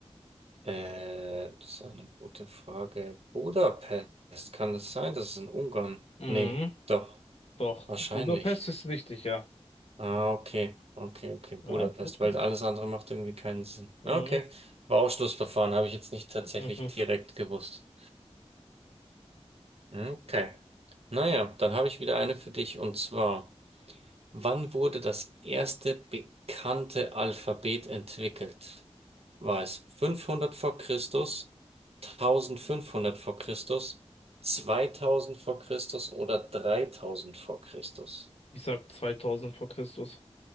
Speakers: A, on the right; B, on the left.
A: Äh, das ist eine gute Frage. Budapest, kann es sein? Das ist in Ungarn.
B: Mhm,
A: Nee, doch,
B: doch.
A: wahrscheinlich.
B: Budapest ist richtig, ja.
A: Ah, okay, okay, okay, Budapest,
B: Ja, gut gesagt.
A: weil alles andere macht irgendwie keinen Sinn.
B: Mhm.
A: Okay, war Ausschlussverfahren, habe ich jetzt nicht tatsächlich
B: Mhm.
A: direkt gewusst. Okay, naja, dann habe ich wieder eine für dich und zwar. Wann wurde das erste bekannte Alphabet entwickelt? War es 500 vor Christus, tausendfünfhundert vor Christus, 2000 vor Christus oder 3000 vor Christus?
B: Ich sag 2000 vor Christus.